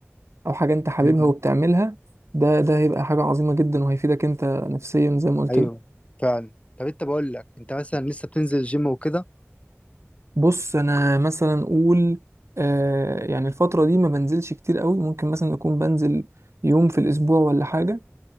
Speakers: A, on the right; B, on the left.
A: او حاجه انت حاببها
B: مم.
A: وبتعملها ده ده هيبقى حاجه عظيمه جدا وهيفيدك انت نفسيا زي ما قلت
B: أيوه
A: لك
B: فعلا طب أنت بقول لك أنت مثلا لسه بتنزل الجيم وكده
A: بص انا مثلا اقول آه يعني الفتره دي ما بنزلش كتير قوي ممكن مثلا اكون بنزل يوم في الاسبوع ولا حاجه